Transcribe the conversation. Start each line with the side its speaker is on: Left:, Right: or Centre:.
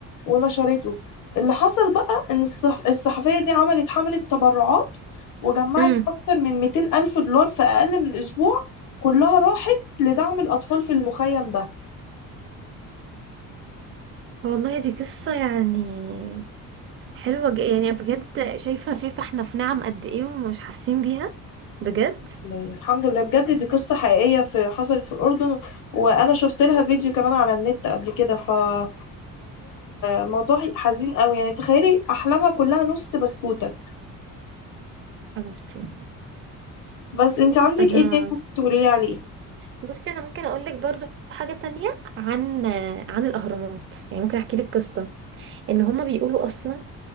Left: ونشرته اللي حصل بقى ان الصح... الصحفيه دي عملت حمله تبرعات وجمعت
Right: مم.
Left: اكتر من 200 الف دولار في اقل من اسبوع كلها راحت لدعم الاطفال في المخيم ده
Right: والله دي قصة يعني حلوة ج- يعني بجد شايفة شايفة احنا في نعم قد ايه ومش حاسين بيها بجد
Left: لله. الحمد لله بجد دي قصة حقيقية في حصلت في الأردن وأنا شفت لها فيديو كمان على النت قبل كده فموضوع موضوع حزين قوي يعني تخيلي أحلامها كلها نص بسكوتة
Right: حبيبتي
Left: بس انت عندك
Right: انا
Left: ايه تاني ممكن تقولي لي عليه
Right: بصي انا ممكن اقول لك برضو حاجة تانية عن عن الاهرامات يعني ممكن احكي لك قصة ان هما بيقولوا اصلا